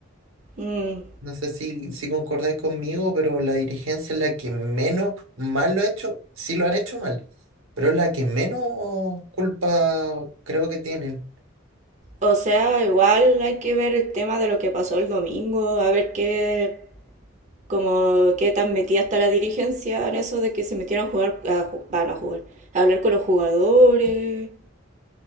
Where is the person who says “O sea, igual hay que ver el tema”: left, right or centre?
Right